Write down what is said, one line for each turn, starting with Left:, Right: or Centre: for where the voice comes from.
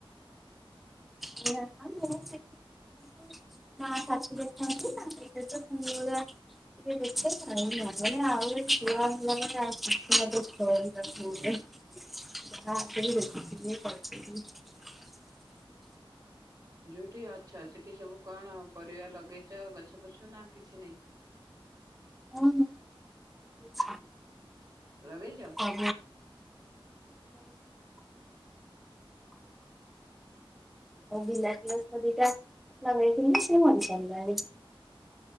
Centre: <unintelligible> ନାଁ <inaudible> <inaudible>
Right: ଯୋଉଠି ଅଛ ସେଠି ସବୁ କଣ ପରିବା ଲଗେଇଚ, ଗଛ ପଛ ନା କିଛି ନାଇ।
Centre: ହଁ, ହଁ <inaudible>
Right: ଲଗେଇଛ
Centre: <inaudible> ଆଉ ବିିଲାତିଷ ଦିଟା ଲଗେଇ କେମତି ସେ ବଣିସାରିଲାଣି।